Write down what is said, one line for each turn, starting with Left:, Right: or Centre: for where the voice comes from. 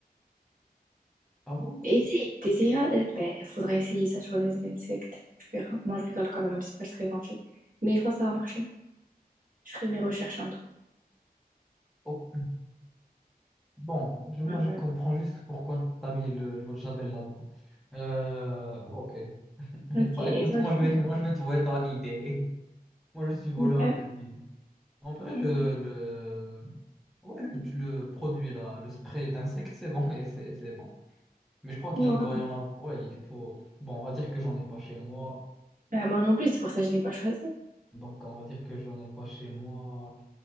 Centre: ah bon
Right: Essaye, t'essayeras. euh, Ben, il faudra essayer ça sur des insectes. Tu verras. Non, je rigole quand même, c'est pas très gentil. Mais je pense que ça va marcher. Je ferai mes recherches en tout.
Centre: Oh. bon je- moi je
Right: Ouais.
Centre: comprends juste pourquoi t'as mis le l'eau de Javel là euh, ok <laughs>
Right: Ok,
Centre: bah
Right: et
Centre: écoute
Right: toi,
Centre: moi
Right: du
Centre: je
Right: coup?
Centre: vais moi je vais trouver ton idée moi je suis voleur
Right: Ouais.
Centre: d'idées En vrai, le, le, ouais, le, tu le produit, là, le spray d'insectes, c'est bon, <laughs> et c'est c'est bon. Mais je crois qu'il
Right: Ouais.
Centre: doit y en avoir. Ouais, il faut. Bon, on va dire que j'en ai pas chez moi.
Right: Ben, moi non plus, c'est pour ça que je l'ai pas choisi.
Centre: Donc, on va dire que j'en ai pas chez moi.